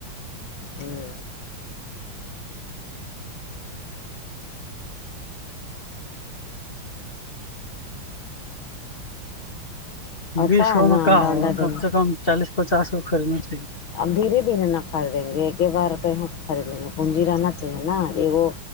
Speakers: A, on the left; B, on the left.
A: ہوں اچھا
B: بیس گو
A: ہے نا
B: میں کا
A: انڈا
B: ہوگا
A: انڈا دیں
B: کم
A: گے
B: سے کم چالیس پچاس گو خریدنا چاہیے
A: اب دھیرے دھیرے نہ خریدیں گے ایک ہی بار کہ یہاں سے خرید لیں گے پونجییرنا چاہیے نا ایگو